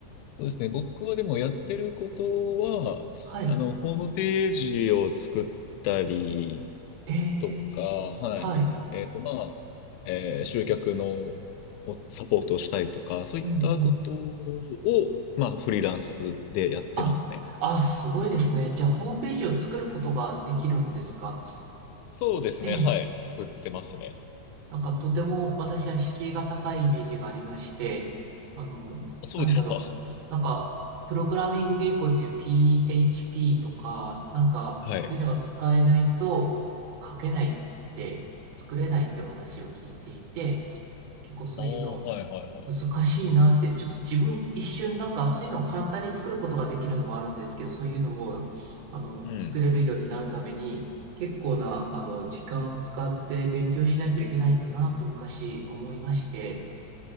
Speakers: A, on the left; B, on the right.
A: そうですね。僕はでもやってることは、
B: はい。
A: あの、ホームページを作ったり
B: えー、
A: とか、はい。
B: はい。
A: えっと、まあ、えー集客のをサポートをしたりとか、そういったことを、
B: うんうん。
A: まあ、フリーランスでやってますね。
B: あ、あ、すごいですね。じゃあ、ホームページを作ることができるんですか
A: そうですね。
B: ええ
A: はい。作ってますね。
B: なんかとても私は敷居が高いイメージがありまして、あの、
A: あ、そうですか。
B: なんだろう。なんか、プログラミング言語でいう PHP とか、なんか、
A: はい。
B: そういうのが使えないと書けないって、作れないってお話を聞いていて、結構そういうの
A: ああ、はいはいはい。
B: 難しいなって、ちょっと自分一瞬なんかそういうのを簡単に作ることができるのもあるんですけど、そういうのを、あの、
A: うん。
B: 作れるようになるために、結構な、あの、時間を使って勉強しないといけないんだなと昔思いまして、